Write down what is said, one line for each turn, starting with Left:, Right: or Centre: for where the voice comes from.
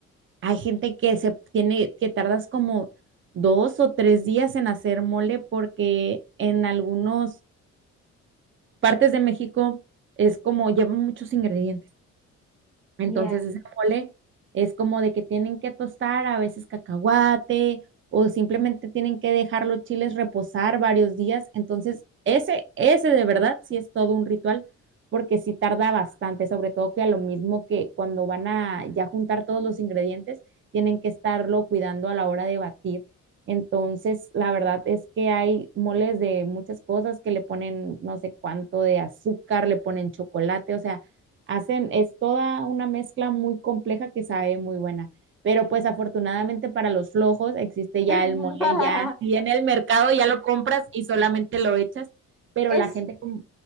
Right: Hay gente que se tiene, que tardas como dos o tres días en hacer mole porque en algunas partes de México es como lleva muchos ingredientes. Entonces
Centre: Ya.
Right: ese mole es como de que tienen que tostar a veces cacahuate o simplemente tienen que dejar los chiles reposar varios días. Entonces ese, ese de verdad sí es todo un ritual porque sí tarda bastante, sobre todo que a lo mismo que cuando van a ya juntar todos los ingredientes, tienen que estarlo cuidando a la hora de batir. Entonces, la verdad es que hay moles de muchas cosas que le ponen no sé cuánto de azúcar, le ponen chocolate, o sea, Hacen, es toda una mezcla muy compleja que sabe muy buena. Pero pues afortunadamente para los flojos existe ya
Centre: <laughs>
Right: el mole, ya y en el mercado ya lo compras y solamente lo echas, pero
Centre: Es,
Right: la gente com-